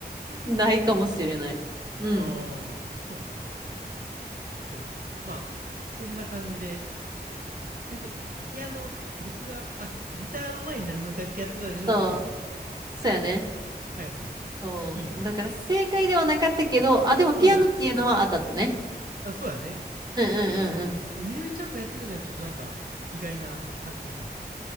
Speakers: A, on the right; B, on the right.
A: ないかもしれない。
B: 確かに。
A: うん。
B: ああ、そうだね。そう。まあ、そんな感じで、なんだっけ、ピアノ、僕が、あ、ギターの前に何の楽器やってたでしょうってクイズだったね。
A: そう。そうやね。
B: はいはいはい。
A: そう。
B: いいね。
A: だから正解ではなかったけど、あ、でもピアノっていうのは当たったね。
B: うん。あ、そうやね。
A: うんうん
B: やし、え、みのりちゃんもやってたのはちょっとなんか意外な発見やね。